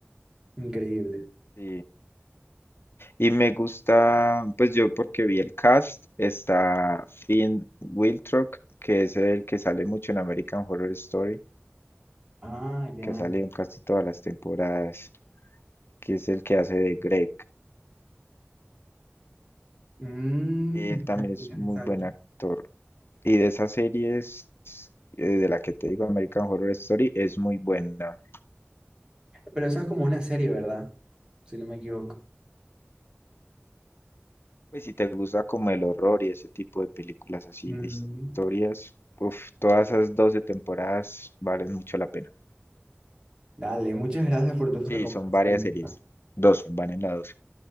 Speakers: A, on the right; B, on the left.
A: Increíble.
B: Sí. Y me gusta, pues yo porque vi el cast, está Finn Wittrock que es el que sale mucho en American Horror Story,
A: Ah, ya.
B: que ha salido en casi todas las temporadas, que es el que hace de Greg.
A: Mm,
B: Él también
A: qué
B: es
A: interesante.
B: muy buen actor. Y de esas series, eh, de la que te digo, American Horror Story, es muy buena.
A: Pero eso es como una serie, ¿verdad? si no me equivoco.
B: Pues si te gusta como el horror y ese tipo de películas así,
A: Mm,
B: de historias, uf, todas esas 12 temporadas valen mucho la pena.
A: Dale, muchas gracias por tus
B: Sí,
A: recomendaciones.
B: son varias series. 12, van en la 12.